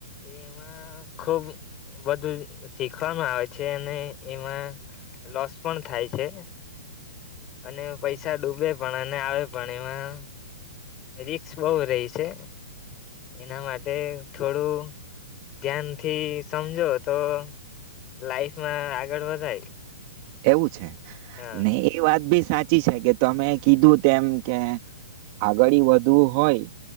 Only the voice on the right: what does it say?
એવું છે.
નહિ એ વાત બી સા સાચી છે કે તમે કીધું તેમ કે આગળ વધવું હોય